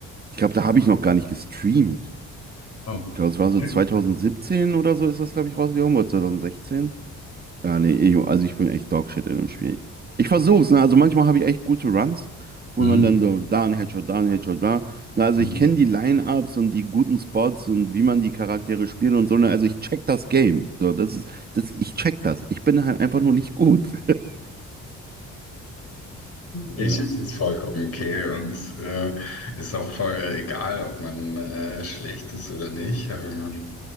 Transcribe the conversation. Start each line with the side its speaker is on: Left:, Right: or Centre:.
Right: ich glaube, da habe ich noch gar nicht gestreamt.
Left: Oh.
Right: Ich glaube, es war so
Left: Hm,
Right: 2017 oder so ist das, glaube ich, rausgekommen, oder 2016. Ja, nee, ich, also ich bin echt Dogshit in dem Spiel. Ich versuch's, ne? Also manchmal habe ich echt gute Runs, wo
Left: hm,
Right: man dann so da ein Headshot, da ein Headshot, bla. Na, also
Left: hm.
Right: ich kenne die Line-Ups und die guten Spots und wie man die Charaktere spielt und so. Ne? Also ich check das Game. So, das ist, das, ich check das. Ich bin halt einfach nur nicht gut. <laughs>
Left: Ich
Right: Ja.
Left: finde es vollkommen okay und äh, ist auch voll egal, ob man äh, schlecht ist oder nicht. Ähm,